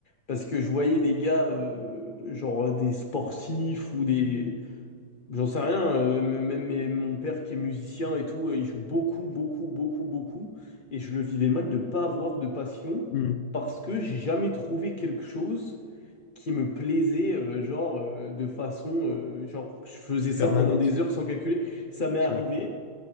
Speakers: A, on the left (about 45°); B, on the left (about 65°).
A: Parce que je voyais des gars, euh, genre euh, des sportifs ou des, J'en sais rien, euh, même mes- mon père qui est musicien et tout, euh, il joue beaucoup, beaucoup, beaucoup, beaucoup. Et je le vivais mal de pas avoir de passion
B: Hmm.
A: parce que j'ai jamais trouvé quelque chose qui me plaisait, euh, genre, euh, de façon, euh, genre, je faisais ça
B: permanente.
A: pendant des heures sans calculer. Ça m'est arrivé
B: Ouais.